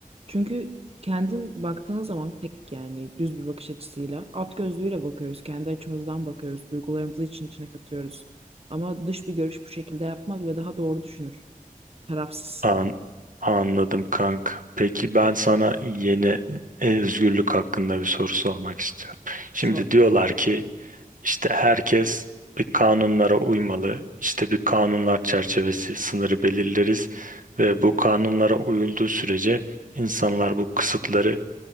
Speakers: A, on the right; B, on the right.
A: Çünkü kendin baktığın zaman tek yani düz bir bakış açısıyla at gözlüğüyle bakıyoruz. Kendi açımızdan bakıyoruz. Duygularımızı için içine katıyoruz. Ama dış bir görüş bu şekilde yapmaz ve daha doğru düşünür. Tarafsız.
B: An anladım kanka. Peki ben sana yeni e, özgürlük hakkında bir soru sormak istiyorum. Şimdi
A: Sor.
B: diyorlar ki işte herkes bir kanunlara uymalı. İşte bir kanunlar çerçevesi sınırı belirleriz ve bu kanunlara uyulduğu sürece insanlar bu kısıtları